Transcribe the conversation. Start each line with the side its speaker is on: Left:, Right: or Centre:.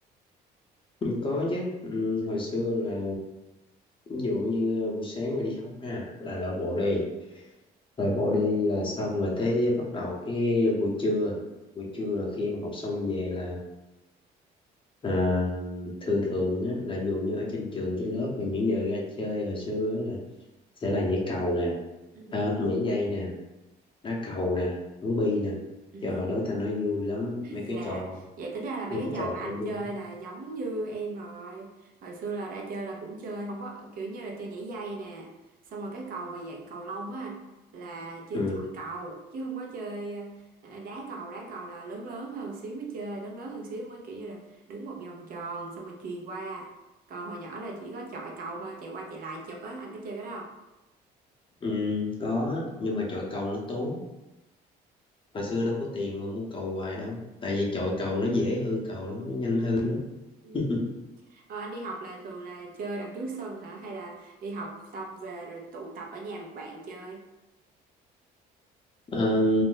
Left: ừ, có chứ. Ừ, hồi xưa là ví dụ như buổi sáng mà đi học ha là lội bộ đi. Lội bộ đi là xong rồi tới bắt đầu cái buổi trưa. Buổi trưa là khi mà học xong về là Ờ, thường thường á, là dù như ở trên trường trên lớp mà những giờ ra chơi hồi xưa á, là sẽ là nhảy cầu nè
Right: Ừ.
Left: ờ, nhảy dây nè đá cầu nè bắn bi nè
Right: Ừ.
Left: trời hồi đó ta nói vui lắm mấy cái
Right: Dạ,
Left: trò
Right: vậy tính ra là mấy
Left: mấy
Right: cái
Left: cái
Right: trò
Left: trò
Right: mà anh
Left: đó vui
Right: chơi
Left: lắm.
Right: là giống như em rồi. Hồi xưa là đã chơi là cũng chơi, không có kiểu như là chơi nhảy dây nè. Xong rồi cái cầu mà dạng cầu lông á anh là chơi
Left: ừ,
Right: chọi cầu chứ không có chơi ờ, đá cầu, đá cầu là lớn lớn hơn xíu mới chơi, lớn lớn hơn xíu mới kiểu như là đứng một vòng tròn xong rồi chuyền qua. Còn hồi nhỏ là chỉ có chọi cầu thôi, chạy qua chạy lại chụp á, anh có chơi cái đó không?
Left: ừ có nhưng mà chọi cầu nó tốn hồi xưa đâu có tiền mà mua cầu hoài đâu tại vì chọi cầu nó dễ hư cầu lắm nó nhanh
Right: Ừ.
Left: hư lắm
Right: Ừ.
Left: <laughs>
Right: Ờ, anh đi học là thường là chơi đằng trước sân hả? Hay là đi học xong về rồi tụ tập ở nhà một bạn chơi?
Left: Ờ,